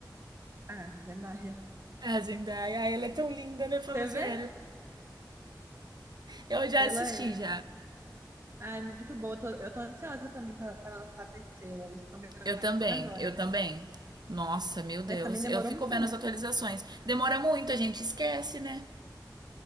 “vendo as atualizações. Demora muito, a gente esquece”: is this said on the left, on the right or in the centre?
Right